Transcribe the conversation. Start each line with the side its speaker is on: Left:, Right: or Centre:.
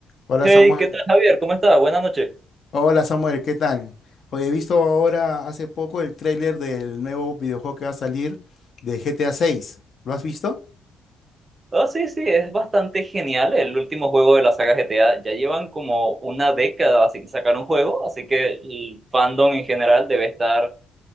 Left: Hola
Right: Hey,
Left: Samuel.
Right: ¿qué tal, Javier? ¿Cómo estás? Buenas noches.
Left: Hola Samuel, ¿qué tal? Hoy he visto ahora hace poco el tráiler del nuevo videojuego que va a salir de GTA 6. ¿Lo has visto?
Right: Oh, sí, sí, es bastante genial el último juego de la saga GTA. Ya llevan como una década sin sacar un juego, así que el fandom en general debe estar